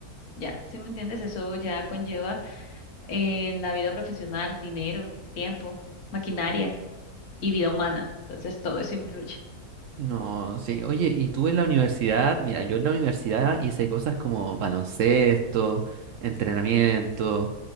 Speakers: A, on the left; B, on the right.
A: Ya, si me entiendes? Eso ya conlleva en la vida profesional dinero, tiempo, maquinaria y vida humana. Entonces todo eso influye.
B: No, sí, oye, y tú en la universidad, mira, yo en la universidad hice cosas como baloncesto, entrenamiento,